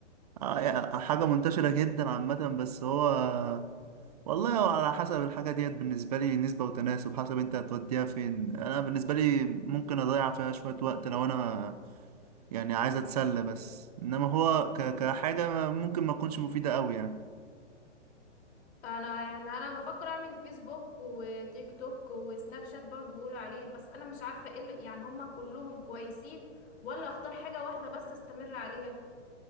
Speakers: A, on the right; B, on the left.
A: اه يعني حاجه منتشره جدا عامه بس هو والله هو على حسب الحاجه ديت بالنسبه لي نسبه وتناسب حسب انت هتوديها فين انا بالنسبه لي ممكن اضيع فيها شويه وقت لو انا يعني عايز اتسلى بس انما هو ك- كحاجه ممكن ما تكونش مفيده قوي يعني
B: انا يعني انا بفكر اعمل فيسبوك وتيك توك وسناب شات برضو بيقولوا عليه بس انا مش عارفه ايه اللي- يعني هما كلهم كويسين ولا اختار حاجه واحده بس استمر عليها